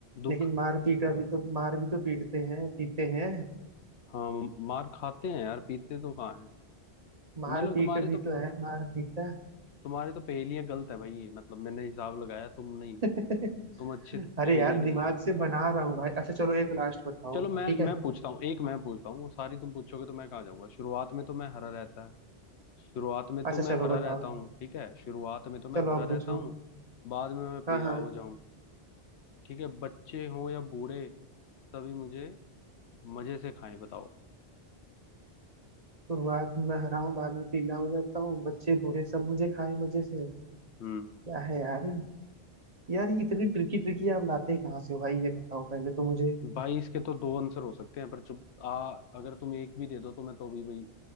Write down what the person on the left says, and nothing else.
दुख
हाँ मार खाते हैं यार पीते तो कहाँ
मतलब
तुम्हारी
तो
तुम्हारी तो पहेलियां गलत है भाई मतलब मैंने हिसाब लगाया तुम नहीं
तुम अच्छे
पहेलियां
नहीं
पूछ रहे
चलो मैं
मैं पूछता हूँ एक मैं पूछता हूँ वो सारी तुम पूछोगे तो मैं कहाँ जाऊंगा शुरुआत में तो मैं हरा रहता है शुरुआत में तो
मैं
हरा
रहता हूँ ठीक है शुरुआत में तो मैं
हरा
रहता
हूँ बाद में मैं पीला
हो जाऊं ठीक है बच्चे हों या बूढ़े सभी मुझे मजे से खाएं बताओ
हम्म
भाई इसके तो दो आंसर हो सकते हैं पर चुप आ अगर तुम एक भी दे दो तो मैं तो भी भाई